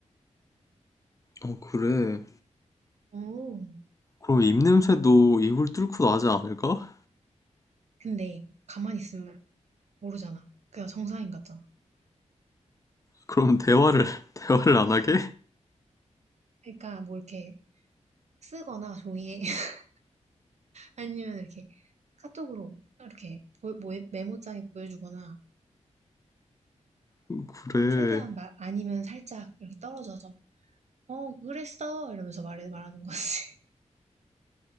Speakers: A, on the left; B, on the right.
A: 어, 그래.
B: 오.
A: 그럼 입냄새도 입을 뚫고 나지 않을까?
B: 근데 가만히 있으면 모르잖아. 그냥 정상인 같잖아.
A: 그럼 대화를, <laughs> 대화를 안 하게?
B: 그러니까 뭐 이렇게 쓰거나 종이에 <laughs> 아니면 이렇게 카톡으로 이렇게 보- 뭐- 메모장에 보여주거나
A: <laughs> 그래.
B: 최대한 말 아니면 살짝 이렇게 떨어져서 어, 그랬어. 이러면서 말해, 말하는 거지. <laughs>